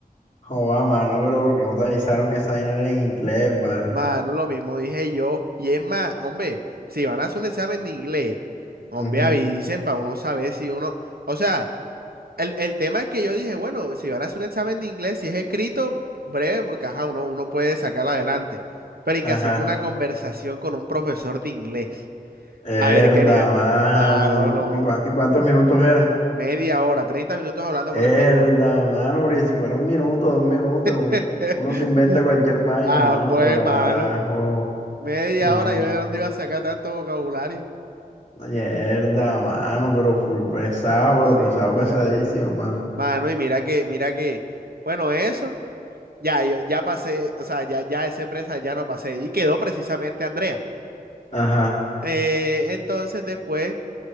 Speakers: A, on the left; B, on the right.
A: joda, mano, pero porque no te avisaron que esa vaina era en inglés, vale.
B: Mano, lo mismo dije yo. Y es más, hombre, si van a hacer un examen de inglés, hombre,
A: Ujú,
B: avisen para uno saber si uno. O sea, el, el tema es que yo dije, bueno, si van a hacer un examen de inglés, si es escrito, breve, porque ajá, uno, uno puede sacarlo adelante. Pero y
A: Ajá.
B: que así que una conversación con un profesor de inglés.
A: Verdad,
B: A ver qué nivel.
A: mano.
B: Mano,
A: ¿Y, cu-
B: no.
A: y cua- y cuántos minutos eran?
B: Media hora, 30 minutos hablando
A: Verdad,
B: con el tipo.
A: mano, porque si fuera un minuto, dos minutos,
B: <laughs>
A: un- uno se inventa cualquier vaina,
B: Ah,
A: mano,
B: pues,
A: pero
B: mano.
A: arajo,
B: Media
A: no.
B: hora, yo de dónde iba a sacar tanto vocabulario.
A: Mierda, mano, pero full pesado, pero
B: Sí,
A: pesado,
B: mano.
A: pesadísimo, mano.
B: Mano, y mira que, mira que, bueno, eso, ya, yo ya pasé, o sea, ya, ya esa empresa ya no pasé y quedó precisamente Andrea.
A: Ajá,
B: Eh, entonces después,